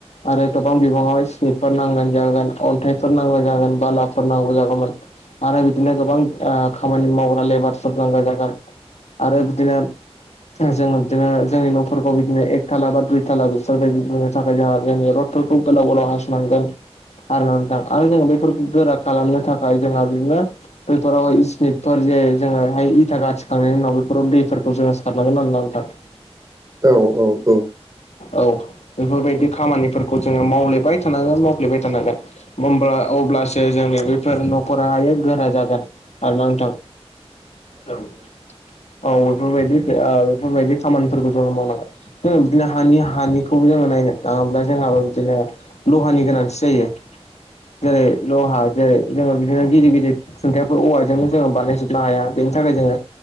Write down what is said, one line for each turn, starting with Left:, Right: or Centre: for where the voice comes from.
Left: आरो गोबां बिबाङाव स्मिटफोर नांगोन जागोन अन्थाइ फोर नांगौ जागोन। बालाफोर नांगौ जागौमोन। आरो बिदिनो गोबां खामानि मावग्रा लेबारफोर नागौ जागोन। आरो बिदिनो जोङो बिदिनो जोंनि न'फोरखौ बिदिनो एक थाला बा दुइ थाला बिसोरबायायदि नुनो थाखाय जोंहा जोंनि रड फोरखौ गोलाव गोलाव हासनांगोन आरो ना नोंथां। आरो जों बेफोरखौ गोरा खालामनो थाखाय जोंहा बिदिनो बोयफोरावहाय इसमिटफोर जे जोङोहाय इथा गाथिखांनायनि उनाव बेफोराव दैफोरखौ जोङो सारनांगोन आरोना नोंथां।
Right: औ औ औ।
Left: औ। बेफोरबायदि खामानिफोरखौ जोङो मावलेबाय थानांगोन मावफ्लेबाय थानांगोन। होमबा अब्लासो जोंनि बेफोर न'फोरा हाय गोरा जागोन। आरोना नोंथां। औ। औ बेफोरबायदि ओ बेफोरबायदि खामानिफोरखौ जोंङो मावनांगोन। बिदिनो हानि हानिखौबो जोङो नायनो थाङोब्ला जोंहाबो बिदिनो लहानि गोनांथि जायो। जेरै ल'हा जेरै जोंङो बिदिनो गिदिर गिदिर खुंन्थायाफोर औवाजों जोङो बानायजोबनो हाया। बेनि थाखाय जोङो